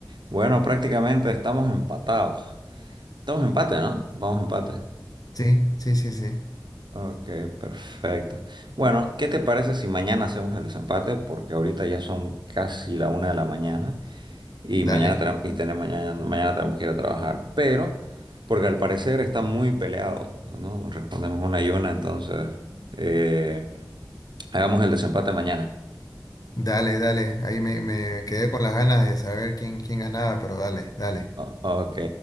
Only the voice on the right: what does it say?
Bueno, prácticamente estamos empatados. Estamos empate, ¿no? Vamos empate.
Ok, perfecto. Bueno, ¿qué te parece si mañana hacemos el desempate? Porque ahorita ya son casi la una de la mañana. Y
mañana tenemos, y tenemos mañana, mañana tenemos que ir a trabajar. Pero, porque al parecer está muy peleado, ¿no? Respondemos una y una, entonces eh, hagamos el desempate mañana.
O- ok,